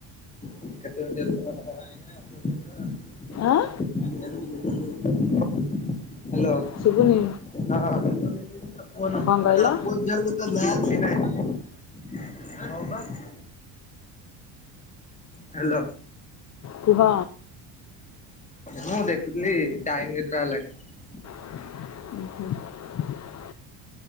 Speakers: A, on the left; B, on the left.
A: <unintelligible>
B: ଆଁ
A: ହ୍ୟାଲୋ।
B: ଶୁଭୁନି
A: ହଁ।
B: କଣ କହିଲ
A: <unintelligible> ହ୍ୟାଲୋ।
B: କୁହ।
A: ମୁଁ ଦେଖୁଥିଲି ଟାଇମ କେତେଟା ହେଲାଣି।
B: <unintelligible>